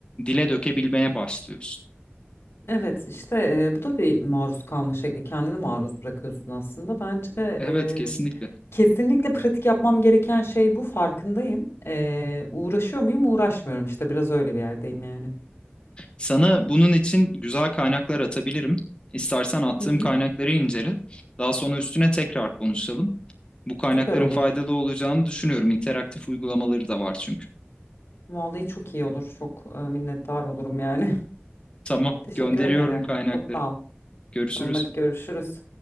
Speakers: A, on the left; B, on the left.
A: dile dökebilmeye başlıyorsun.
B: Evet işte e, bu da bir maruz kalma şekli. Kendini maruz bırakıyorsun aslında. Bence e,
A: Evet, kesinlikle.
B: kesinlikle pratik yapmam gereken şey bu farkındayım. E, uğraşıyor muyum? Uğraşmıyorum işte biraz öyle bir yerdeyim yani.
A: Sana bunun için güzel kaynaklar atabilirim. İstersen attığım
B: Hı hı.
A: kaynakları incele. Daha sonra üstüne tekrar konuşalım. Bu kaynakların
B: Süper olur.
A: faydalı olacağını düşünüyorum. İnteraktif uygulamaları da var çünkü.
B: Vallahi çok iyi olur. Çok e, minnettar olurum yani.
A: Tamam,
B: <laughs> Teşekkür
A: gönderiyorum
B: ederim.
A: kaynakları.
B: Çok sağ ol.
A: Görüşürüz.
B: Tamam hadi görüşürüz.